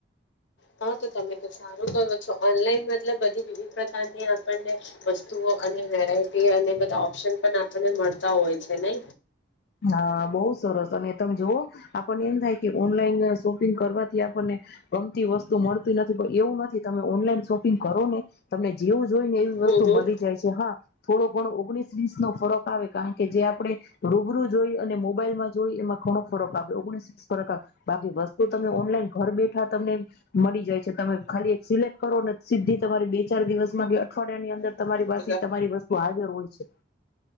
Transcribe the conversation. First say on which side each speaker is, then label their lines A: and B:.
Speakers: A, on the left; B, on the left.
A: હા તો તમે તો સારું કરો છો ઓનલાઈન મતલબ બધી વિવિધ પ્રકારની આપણને વસ્તુઓ અને વેરાયટી અને બધા ઓપ્શન પણ આપણને મળતા હોય છે નઇ.
B: હા બહુ સરસ અને તમે જોવ આપણને એમ થાય કે ઓનલાઈન શોપિંગ કરવાથી આપણને ગમતી વસ્તુ મળતી નથી પણ એવું નથી તમે ઓનલાઈન શોપિંગ કરો ને તમને જેવું જોઈ ને એવી
A: હમ
B: વસ્તુ
A: હમ
B: મળી જાય છે હા થોડો ઘણો ઓગણીસ ફરક આવે કારણ કે જે આપણે. રૂબરૂ જોઈ અને મોબાઈલમાં જોઈ એમાં ઘણો ફરક આવે ઓગણીસ વીસ ફરક આવે બાકી વસ્તુ તમે ઓનલાઈન ઘર બેઠા તમને મળી જાય છે તમે ખાલી એક સિલેક્ટ કરોને સીધી તમારી બે ચાર દિવસમાં કે અઠવાડિયાની અંદર..
A: <unintelligible>
B: તમારી પાસે તમારી વસ્તુ હાજર હોય છે